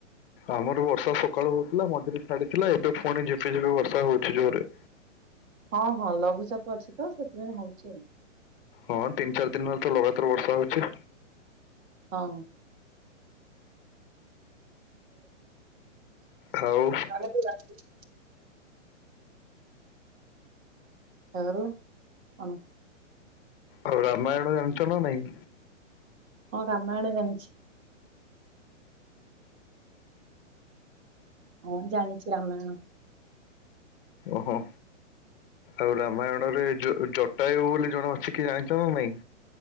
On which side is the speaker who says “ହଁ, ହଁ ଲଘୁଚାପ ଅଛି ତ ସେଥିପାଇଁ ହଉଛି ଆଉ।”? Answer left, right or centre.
Right